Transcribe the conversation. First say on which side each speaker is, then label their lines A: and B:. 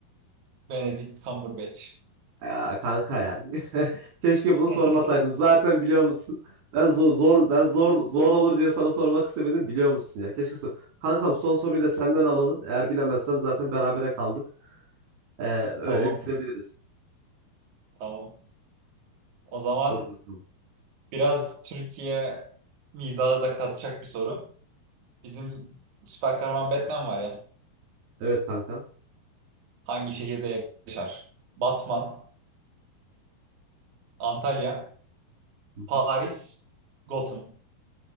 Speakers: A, on the right; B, on the right.
A: Benedict Cumberbatch.
B: Ya kanka ya. <laughs> Keşke bunu
A: <laughs>
B: sormasaydım. Zaten biliyor musun? Ben zor, zor ben zor zor olur diye sana sormak istemedim biliyor musun ya. Keşke sor. Kankam son soruyu da senden alalım. Eğer bilemezsem zaten berabere kaldık. Ee, öyle
A: Tamam.
B: bitirebiliriz.
A: Tamam. O zaman
B: Doğru kankam.
A: biraz Türkiye mizahı da katacak bir soru. Bizim süper kahraman Batman var ya.
B: Evet kanka.
A: Hangi şehirde yaşar? Batman, Antalya,
B: Hı hı.
A: Paris, Gotham.